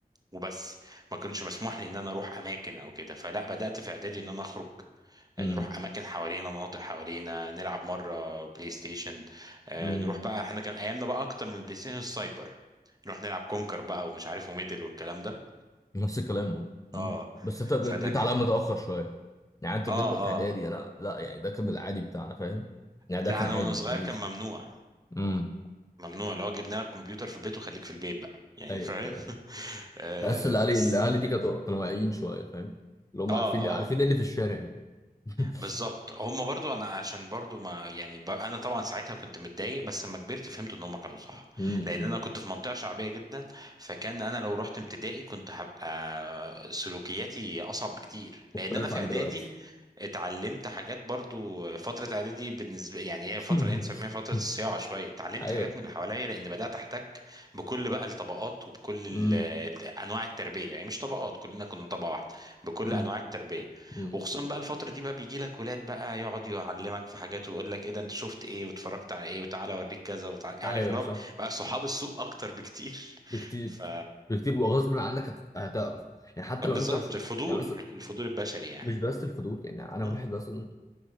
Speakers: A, on the right (about 25°); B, on the left (about 20°).
A: وبس ما كنتش مسموح لي ان انا اروح اماكن او كده فلا بدات في اعدادي ان انا اخرج يعني
B: مم.
A: نروح اماكن حوالينا مناطق حوالينا نلعب مره بلاي ستيشن آه،
B: مم.
A: نروح بقى احنا كان ايامنا بقى اكتر من بلاي ستيشن السايبر نروح نلعب كونكر بقى ومش عارف وميدل والكلام ده
B: نفس الكلام اهو مم.
A: اه
B: بس انت جيت
A: فده
B: جيت
A: كان
B: عليا متاخر شويه يعني انت
A: اه
B: جيت
A: اه
B: في اعدادي
A: آه.
B: انا لا يعني ده كان العادي بتاعنا فاهم يعني
A: لا
B: ده كان
A: انا
B: عادي
A: وانا صغير
B: بالنسبه
A: كان
B: لي
A: ممنوع
B: امم
A: ممنوع لو جبنا لك كمبيوتر في البيت وخليك في البيت بقى يعني
B: ايوه
A: فاهم <laughs> آه
B: تحس الاهالي
A: بس
B: الاهالي دي كانوا كانوا واعيين شويه فاهم اللي هم
A: اه
B: عارفين
A: اه
B: عارفين إيه اللي في الشارع يعني. <laughs>
A: بالظبط هم برضو انا عشان برضو ما يعني ب... انا طبعا ساعتها كنت متضايق بس لما كبرت فهمت ان هم كانوا صح
B: مم. مم.
A: لان انا كنت في منطقه شعبيه جدا فكان انا لو رحت ابتدائي كنت هبقى سلوكياتي اصعب بكتير
B: مختلف
A: لان انا في
B: عن
A: اعدادي
B: دلوقتي
A: اتعلمت حاجات برضو فترة اعدادي بالنسبة يعني هي
B: <laughs>
A: فترة ايه نسميها فترة الصياعة شوية اتعلمت
B: ايوه
A: حاجات من اللي حواليا لان بدأت احتك بكل بقى الطبقات وبكل ال-
B: امم
A: انواع التربية يعني مش طبقات كلنا كنا طبقة واحدة بكل
B: امم
A: انواع التربية
B: امم
A: وخصوصا بقى الفترة دي بقى بيجي لك ولاد بقى يقعد يعلمك في حاجات ويقول لك ايه ده انت شفت ايه واتفرجت على ايه وتعالى اوريك كذا وتعالى عارف
B: ايوه
A: اللي هو
B: صح
A: بقى صحاب السوق اكتر بكتير
B: بكتير
A: <laughs> ف
B: بكتير وغصب عنك هت- هتعرف يعني حتى
A: بالظبط
B: لو انت مش
A: الفضول
B: يعني مثلا
A: الفضول البشري يعني
B: مش بس الفضول يعني انا واحد
A: مم.
B: مثلا